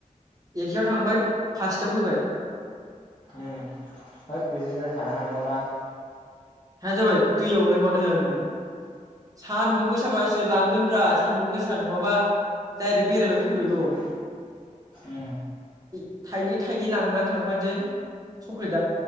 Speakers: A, on the right; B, on the left.
A: एखेयाव थांबाय फासथायाव फैबाय
B: ओ होद बिदिद्राय थानो हानाय नङदां
A: हाया जाबाय दैयावलाय मानो हाया बेलाय सानदुं गोसाबासो लांगोन ब्रा सान्दुं गोसा नङाबा डाइरेक्ट बेरायबाय फैबायल'
B: ओ उम
A: थाइनै थाइनै लांनानै थांफासै जों सकलेट